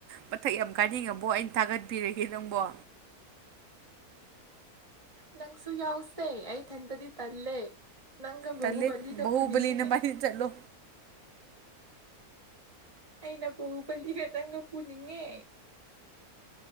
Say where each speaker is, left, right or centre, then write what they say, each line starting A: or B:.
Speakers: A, on the right (about 65°); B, on the right (about 20°).
A: ꯃꯊꯛ ꯌꯥꯝ ꯀꯥꯅꯤꯡꯉꯕꯣ ꯑꯩꯅ ꯊꯥꯒꯠꯄꯤꯔꯒꯦ ꯅꯪꯕꯣ
B: ꯅꯪꯁꯨꯨ ꯌꯥꯎꯁꯦ ꯑꯠ ꯍꯟꯗꯗꯤ ꯇꯜꯦ ꯅꯪ
A: ꯇꯜꯂꯦ
B: ꯍꯨꯕꯂꯤꯒ
A: ꯕꯍꯨꯕꯂꯤ
B: ꯄꯨꯅꯤꯉꯦ
A: ꯅꯕꯥꯅꯤ ꯆꯠꯂꯣ
B: ꯑꯩꯅ ꯇꯣ ꯄꯜꯂꯤ ꯈꯇꯪꯒ ꯄꯨꯅꯤꯡꯉꯦ